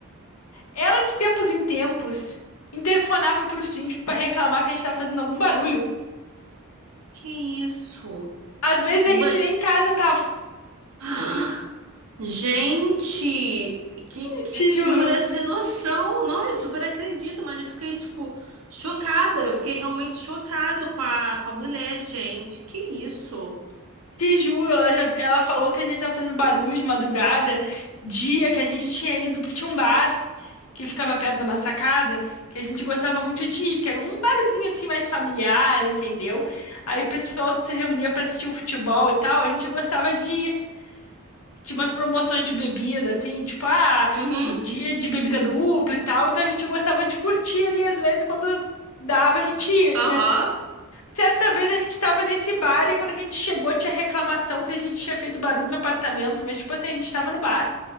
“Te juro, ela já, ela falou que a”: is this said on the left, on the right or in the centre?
Left